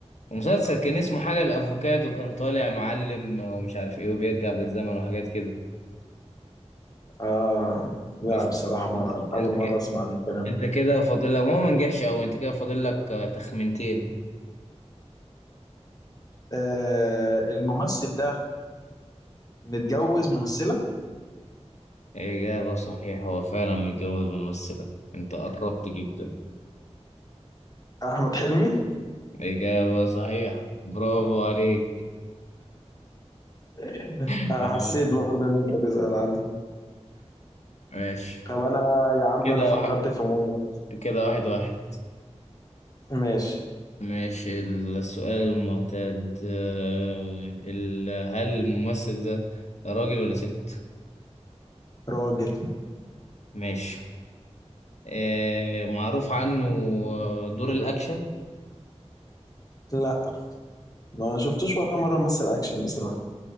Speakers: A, on the left; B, on the left.
A: المسلسل كان اسمه حاجة الافوكادو كان طالع معلم آه، ومش عارف ايه وبيرجع بالزمن وحاجات كده
B: آه لا
A: بس
B: بصراحة ما
A: انت
B: أول
A: انت
B: مرة
A: كده
B: أسمع عن الكلام
A: انت
B: ده
A: كده فاضل لك هو ما نجحش قوي انت كده فاضل لك آه، تخمنتين
B: آه الممثل ده متجوز ممثلة
A: اجابة صحيحة هو فعلا متجوز ممثلة انت قربت جدا
B: أحمد حلمي
A: إجابة صحيحة برافو عليك
B: <laughs>
A: <laughs>
B: أنا حسيت برضه إن أنت تسأل عنه
A: ماشي
B: طب انا يا عم
A: كده
B: انا فكرت
A: واحد
B: في مو-
A: كده واحد واحد
B: ماشي
A: ماشي السؤال المعتاد آه، ال... هل الممثل ده راجل ولا ست؟
B: راجل
A: ماشي آه، معروف عنه آه، دور الأكشن
B: لا ما شفتوش ولا مره مثل اكشن بصراحه